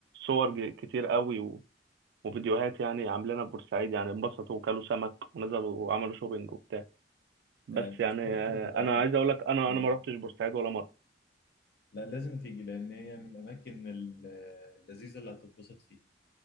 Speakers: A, on the right; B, on the left.
A: صور ج- كتير قوي و... وفيديوهات يعني عاملينها بورسعيد يعني انبسطوا وكلوا سمك ونزلوا وعملوا شوبينج وبتاع بس
B: آه،
A: يعني
B: سايد
A: آه،
B: طول عمرها
A: انا
B: حلوة.
A: عايز اقول لك انا
B: بحب.
A: انا ما روحتش بورسعيد ولا مره
B: لا لازم تيجي لان هي من الاماكن ال- اللذيذه اللي هتتبسط فيها